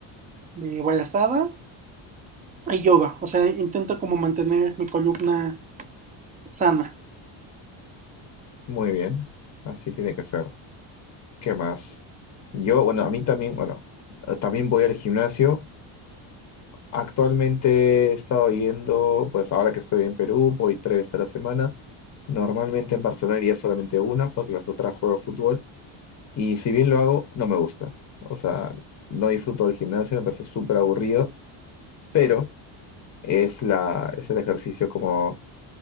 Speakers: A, on the right; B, on the left.
A: de brazadas y yoga. O sea, intento como mantener mi columna sana.
B: Muy bien, así tiene que ser. ¿Qué más? Yo, bueno, a mí también, bueno, eh, también voy al gimnasio. Actualmente he estado yendo, pues ahora que estoy en Perú, voy tres veces a la semana. Normalmente en Barcelona iría solamente una, porque las otras juego fútbol. Y si bien lo hago, no me gusta. O sea, no disfruto del gimnasio, me parece súper aburrido, pero es la, es el ejercicio como